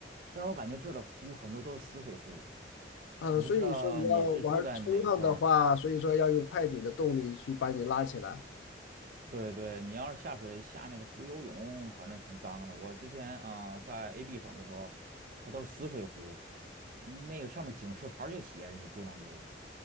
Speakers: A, on the right; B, on the left.
A: 但是我感觉这儿的湖很多都是死水湖，
B: 啊，
A: 我不知道你是住在哪一块儿。
B: 所以说你要玩冲浪的话，所以说要用快艇的动力去把你拉起来。
A: 对对，你要是下水下那个湖游泳，反正挺脏的。我之前啊、在 AB 省的时候，它都是死水湖，那个上面警示牌儿就写着你不能游。